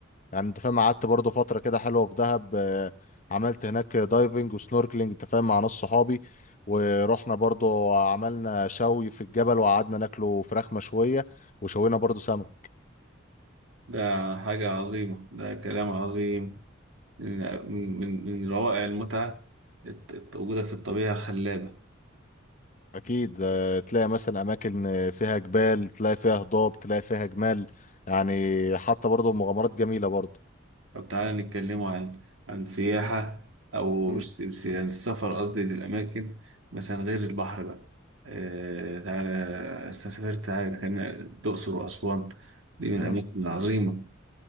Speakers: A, on the left; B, on the right.
A: يعني انت فاهم قعدت برضه فترة كده حلوة في دهب آه، عملت هناك دايفنج وسنوركلينج انت فاهم مع ناس صحابي ورحنا برضه عملنا شوي في الجبل وقعدنا ناكله فراخ مشوية وشوينا برضه سمك
B: ده حاجة عظيمة ده كلام عظيم من من من روائع المتعة الت- الت- وجودك في الطبيعة الخلابة
A: أكيد آه، تلاقي مثلا أماكن فيها جبال تلاقي فيها هضاب تلاقي فيها جمال يعني حتى برضه مغامرات جميلة برضه
B: طب تعالى نتكلموا عن عن سياحة أو
A: مم.
B: مش- مش- يعني السفر قصدي للأماكن مثلا غير البحر بقى آه تعالى سافرت تعالى خلينا الأقصر وأسوان دي من
A: مم.
B: الأماكن العظيمة